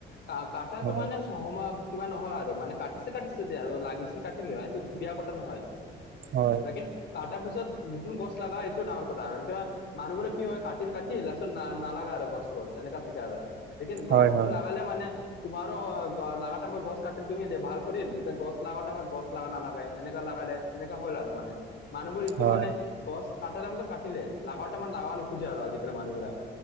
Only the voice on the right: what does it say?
হয়
হয়
হয় হয়
হয়